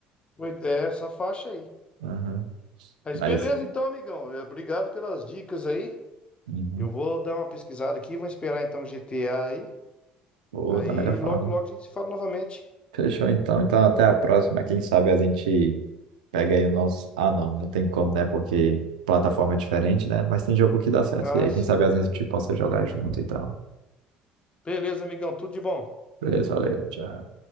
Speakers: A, on the left; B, on the right.
A: oi- é essa faixa aí.
B: Aham.
A: Mas
B: Mas,
A: beleza então, amigão. É, Obrigado pelas dicas aí.
B: uhum.
A: Eu vou dar uma pesquisada aqui, vou esperar então o GTA aí.
B: Boa,
A: Aí
B: da melhor forma.
A: logo, logo a gente se fala novamente.
B: Fechou então. Então, até a próxima. Quem sabe a gente pega aí o nosso. Ah, não, não tem como, né? Porque plataforma é diferente, né? Mas tem jogo que dá certo.
A: Ah,
B: E aí, quem
A: sim.
B: sabe a gente possa jogar junto e tal.
A: Beleza, amigão, tudo de bom.
B: Beleza, valeu, tchau.